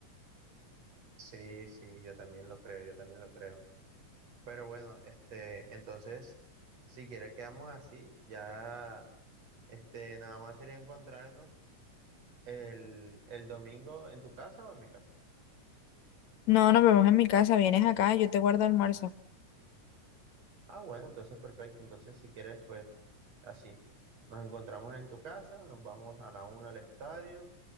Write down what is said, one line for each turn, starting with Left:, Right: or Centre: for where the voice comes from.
Right: Sí, sí, yo también lo creo, yo también lo creo. Pero bueno, este, entonces, si quieres quedamos así, ya, este, nada más sería encontrarnos el, el domingo en tu casa o en mi casa.
Left: No, nos vemos en mi casa. Vienes acá, yo te guardo almuerzo.
Right: Ah, bueno, entonces perfecto. Entonces, si quieres, pues así. Nos encontramos en tu casa, nos vamos a la una al estadio